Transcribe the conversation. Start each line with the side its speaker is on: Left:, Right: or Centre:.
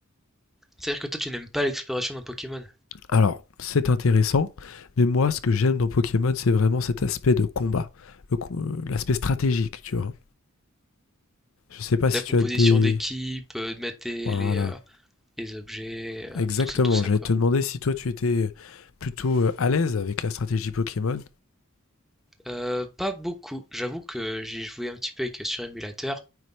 Centre: C'est-à-dire que toi, tu n'aimes pas l'exploration d'un Pokémon.
Left: Alors, c'est intéressant, mais moi, ce que j'aime dans Pokémon, c'est vraiment cet aspect de combat, le co- euh, l'aspect stratégique, tu vois. Je sais pas si
Centre: Ta composition
Left: tu as des...
Centre: d'équipe, euh, de mettre tes-
Left: Voilà,
Centre: les, euh, les objets, euh,
Left: exactement.
Centre: tout ça, tout ça,
Left: J'allais
Centre: quoi.
Left: te demander si toi, tu étais euh, plutôt euh, à l'aise avec la stratégie Pokémon.
Centre: Euh, pas beaucoup. J'avoue que j'ai joué un petit peu avec, euh, sur émulateur.